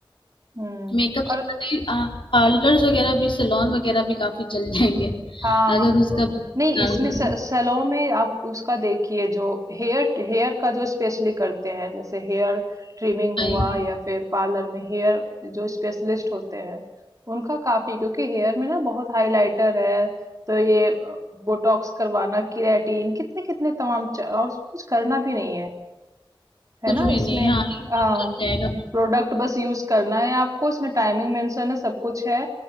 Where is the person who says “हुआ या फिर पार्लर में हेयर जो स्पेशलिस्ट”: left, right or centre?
Right